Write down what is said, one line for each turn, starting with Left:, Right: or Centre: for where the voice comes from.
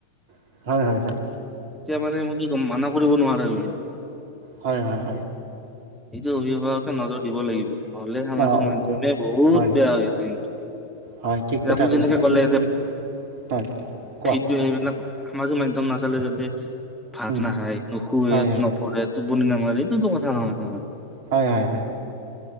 Right: হয় হয় হয়
Centre: এতিয়া মানে মই কি কম, মানক কৰিব নোৱাৰা হৈ
Right: হয়, হয়, হয়।
Centre: এইটো অভিভাৱকে নজৰ দিব লাগিব। নহলে সামাজিক
Right: অ অভিভাৱক
Centre: মাধ্যমে বহুত
Right: হয়
Centre: বেয়া হৈ আছে কিন্তু।
Right: হয় ঠিক কথা
Centre: আমি
Right: কৈছা
Centre: যেনেকে কলে
Right: এনে
Centre: যে,
Right: এনে হয় কোৱা
Centre: ভিদিঅ' এহ মাজে মাধ্যম নাচালে জাতে। ভাত
Right: উম
Centre: নাখায়, নুশুৱে,
Right: হয় হয়
Centre: নপঢ়ে। টোপনি নামাৰে। এইটোতো কথা নহয়, নহয়।
Right: হয়, হয়, হয়।